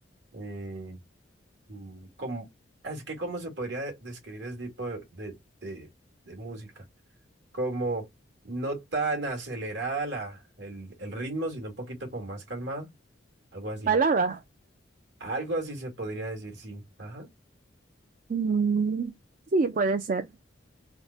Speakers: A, on the right (about 70°); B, on the right (about 45°).
A: eh, mm, como, es que cómo se podría describir ese tipo de, de, de- de música. Como no tan acelerada la, el, el ritmo, sino un poquito como más calmado. Algo así.
B: Palada.
A: Algo así se podría decir, sí. Ajá.
B: Mm, Sí, puede ser.